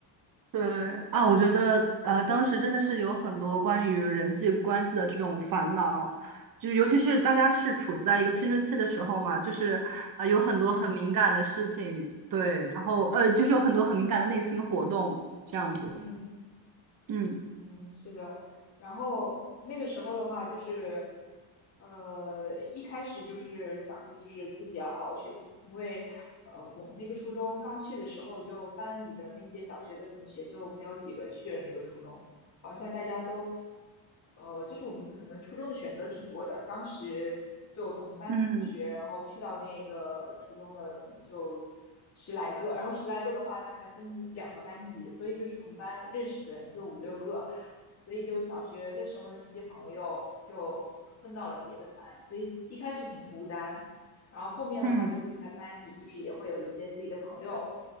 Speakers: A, on the right (about 45°); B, on the left (about 35°).
A: 对啊，我觉得呃，当时真的是有很多关于人际关系的这种烦恼，就是尤其是大家是处在一个青春期的时候嘛，就是呃有很多很敏感的事情，对，然后呃就是有很多很敏感的内心活动这样子，
B: 嗯
A: 嗯
B: 嗯，是的。然后那个时候的话，就是呃，一开始就是想着就是自己要好好学习，因为呃，我们那个初中刚去的时候，就班里的那些小学的同学就没有几个去了那个初中。好像大家都，呃，就是我们可能初中的选择挺多的，当时就同班同学，
A: 嗯
B: 然后去到那个初中的可能就十来个，然后十来个的话，他还分两个班级，所以就是同班认识的人就五六个，所以就小学的时候的那些朋友就分到了别的班，所以一开始挺孤单，然后后面的话就会在班里，
A: 嗯，
B: 就是也会有一些自己的朋友。